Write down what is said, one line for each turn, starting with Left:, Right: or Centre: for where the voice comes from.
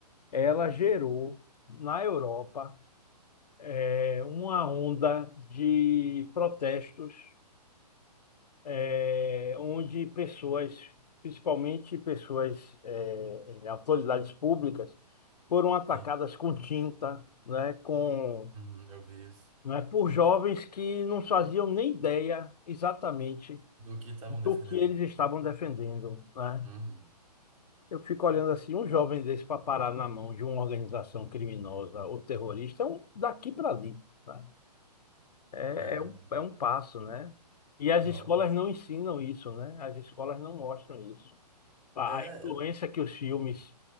Left: ela gerou na Europa é, uma onda de protestos, é, onde pessoas, principalmente pessoas, é, autoridades públicas, foram atacadas
Right: Sim.
Left: com tinta, né, com,
Right: Uhum, eu vi isso.
Left: né, por jovens que não faziam nem ideia exatamente
Right: Do que estavam defendendo.
Left: do que eles estavam defendendo, né?
Right: Uhum.
Left: Eu fico olhando assim, um jovem desse para parar na mão de uma organização criminosa ou terrorista, é um daqui para ali, né? É,
Right: É.
Left: é um, é um passo, né? E as
Right: Não,
Left: escolas não ensinam isso, né? As escolas não mostram isso. A,
Right: É,
Left: a influência que os filmes,